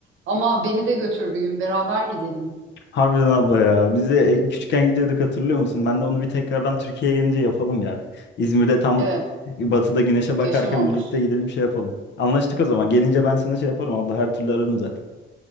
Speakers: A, on the right (about 80°); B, on the left (about 65°).
A: Ama beni de götür bir gün beraber gidelim.
B: Harbiden abla ya. Biz de e, küçükken gidiyorduk hatırlıyor musun? Ben de onu bir tekrardan Türkiye'ye gelince yapalım ya. İzmir'de tam
A: Evet,
B: batıda güneşe
A: muhteşem
B: bakarken
A: olur.
B: birlikte gidelim şey yapalım. Anlaştık o zaman. Gelince ben sana şey yaparım abla. Her türlü ararım zaten.